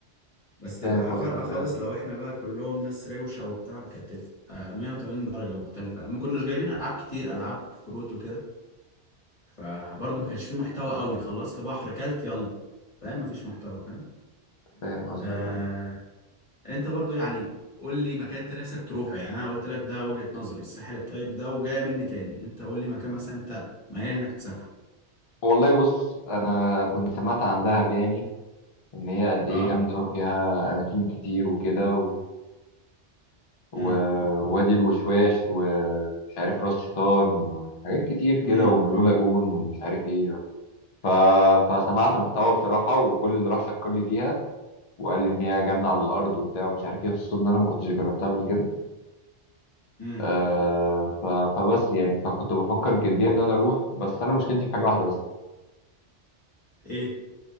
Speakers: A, on the left; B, on the left.
A: <laughs>
B: بس تبقى
A: فاهم قصدك
B: فارقة خالص
A: آه
B: لو احنا بقى كلهم ناس روشة وبتاع كانت تبقى 180 درجة مختلفة يعني ما كناش جايبين ألعاب كتير ألعاب كروت وكده فبرضه ما كانش فيه محتوى قوي خلصت بحر كلت يلا فاهم ما فيش محتوى فاهم
A: فاهم قصدك
B: آه...
A: آه.
B: انت برضه يعني قول لي مكان انت نفسك تروحه يعني انا قلت لك ده وجهة نظري الساحل الطيب ده وجاية مني تاني انت قول لي مكان مثلا انت ميال انك تسافره
A: والله بص انا كنت سمعت عن دهب يعني ان هي قد ايه
B: اه
A: جامده وفيها اماكن كتير وكده ووادي
B: امم
A: الوشواش ومش عارف راس شيطان وحاجات كتير
B: امم
A: كده وبلو لاجون ومش عارف ايه ف... فسمعت محتوى بصراحة وكل اللي راح شكر لي فيها وقال لي ان هي جنة على الارض وبتاع ومش عارف ايه خصوصا ان انا ما كنتش جربتها قبل كده
B: امم
A: آه ف... فبس يعني فكنت بفكر جديا ان انا اروح بس انا مشكلتي في حاجة واحدة بس
B: ايه